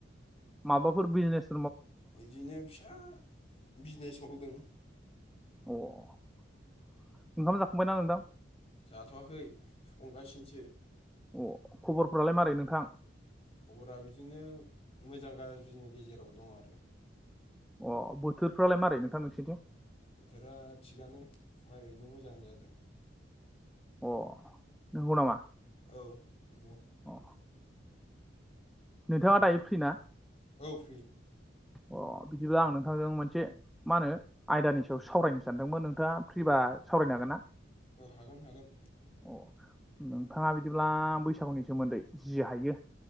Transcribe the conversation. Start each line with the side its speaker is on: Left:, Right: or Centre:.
Centre: माबाफोर बिजनेस?
Left: बिदिनो फिसा बिजनेसआव दों।
Centre: अ ओंखाम जाखांबायना नोंथां?
Left: जाथ'वाखै संगासिनोसो।
Centre: अ खबरफोरालाय मारै नोंथां?
Left: खबरा बिदिनो मोजां गाज्रिनि गेजेराव दं आरो
Centre: अ बोथोरफ्रालाय मारै नोंथां नोंसोरथिं?
Left: बोथोरा थिगानो माइ गायनो मोजां जादों।
Centre: अ नंगौ नामा?
Left: औ नंगौ।
Centre: अ नोंथाङा दायो फ्रि ना?
Left: औ फ्रि
Centre: अ बिदिब्ला आं नोंथांजों मोनसे मा होनो आयदानि सायाव सावरायनो सानदोंमोन नोंथाङा फ्रिबा सावरायनो हागोन ना?
Left: औ हागोन हागोन।
Centre: अ नोंथाङा बिदिब्ला बैसागुनि सोमोन्दै जि हायो